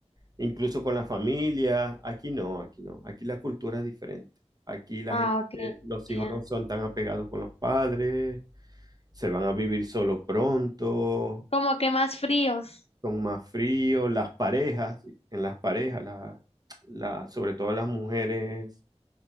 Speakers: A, on the right; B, on the left.
A: incluso con la familia. Aquí no, aquí no. Aquí la cultura es diferente. Aquí la
B: Ah,
A: gente,
B: ok,
A: los
B: ya.
A: hijos no son tan apegados con los padres, se van a vivir solo pronto,
B: Como que más fríos,
A: son más fríos. Las parejas, en las parejas, la, la- sobre todo las mujeres,